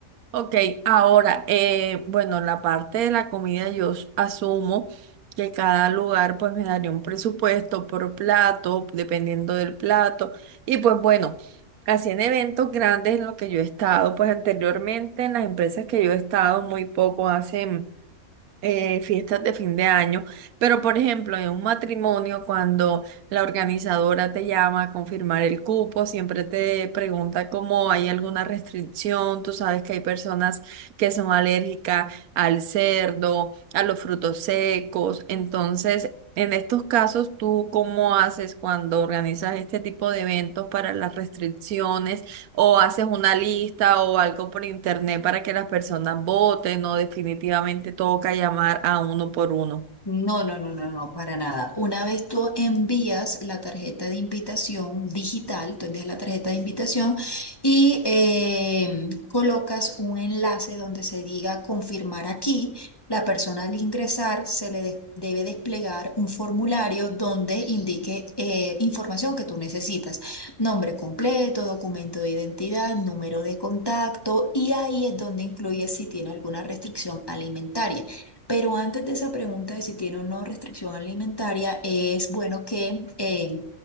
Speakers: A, on the right; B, on the left.
A: Ok, ahora, eh, bueno, la parte de la comida yo s- asumo que cada lugar pues me daría un presupuesto por plato, dependiendo del plato. Y pues bueno, así en eventos grandes en los que yo he estado, pues anteriormente en las empresas que yo he estado muy poco hacen eh, fiestas de fin de año, pero por ejemplo, en un matrimonio, cuando la organizadora te llama a confirmar el cupo, siempre te pregunta cómo hay alguna restricción, tú sabes que hay personas que son alérgicas al cerdo, a los frutos secos, entonces... En estos casos, ¿tú cómo haces cuando organizas este tipo de eventos para las restricciones? O haces una lista o algo por internet para que las personas voten, o definitivamente toca llamar a uno por uno.
B: No, no, no, no, no, para nada. Una vez tú envías la tarjeta de invitación digital, tú envías la tarjeta de invitación y eh, colocas un enlace donde se diga confirmar aquí. La persona al ingresar se le des- debe desplegar un formulario donde indique eh, información que tú necesitas. Nombre completo, documento de identidad, número de contacto y ahí es donde incluye si tiene alguna restricción alimentaria. Pero antes de esa pregunta de si tiene o no restricción alimentaria, es bueno que eh,